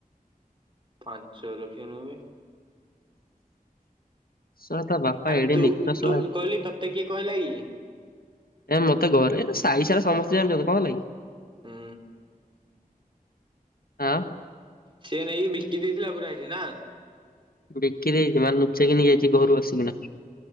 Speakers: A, on the right; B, on the left.
A: ପାଞ୍ଚ ଲକ୍ଷେ ନୁହଁବେ।
B: ଶଳା ତା ବାପା
A: ଆରେ
B: ଏଡେ
A: ତୁ
B: ନୀଚ ଶଳା
A: ତୁ କହିଲି ତତେ କିଏ କହିଲା କି?
B: ଏ ମତେ ଘରେ ସାାଇ ସାରା ସମସ୍ତେ ଜାଣିଛନ୍ତି କଣ ହେଲାକି?
A: ହୁଁ
B: ହ।
A: ସେ ନେଇକି ବିକି ଦେଇଥିଲା ପୁରା ସେଇଠି ନା?
B: ବିକି ଦେଇଚି ମାନ ନୁଚେଇକି ନେଇଯାଇଚି ଘରୁ ଆସିକିନା।